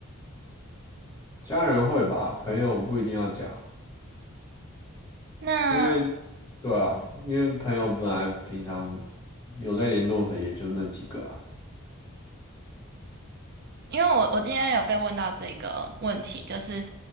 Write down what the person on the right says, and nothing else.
那
因为我我今天有被问到这个问题，就是